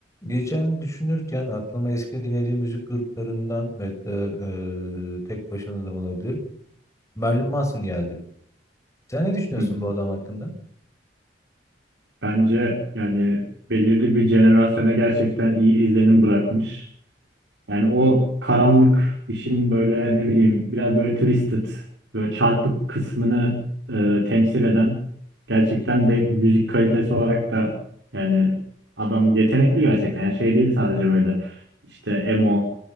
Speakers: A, on the left (about 15°); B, on the right (about 85°).
A: Geçen düşünürken aklıma eski dinlediğim müzik gruplarından ve hatta eee, tek başına da olabilir. Marilyn Manson geldi. Sen ne düşünüyorsun
B: Hı hı.
A: bu adam hakkında?
B: Bence yani belirli bir jenerasyona gerçekten iyi izlenim bırakmış. Yani o karanlık işin böyle ne bileyim biraz böyle twisted, böyle çarpık kısmını e, temsil eden gerçekten de müzik kalitesi olarak da yani adam yetenekli gerçekten. Yani şey değil sadece böyle işte emo,